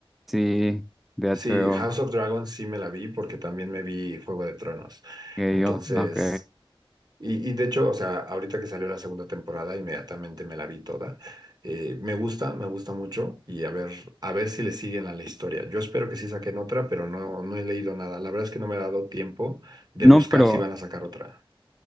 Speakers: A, in the centre; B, on the right.
A: sí, de
B: Sí,
A: HBO.
B: House of Dragons sí me la vi porque también me vi Juego de Tronos.
A: Ok,
B: Entonces,
A: yo, ah, ok.
B: y, y de hecho, o sea, ahorita que salió la segunda temporada, inmediatamente me la vi toda. Eh, me gusta, me gusta mucho y a ver, a ver si le siguen a la historia. Yo espero que sí saquen otra, pero no, no he leído nada. La verdad es que no me ha dado tiempo de
A: No,
B: buscar
A: pero
B: si van a sacar otra.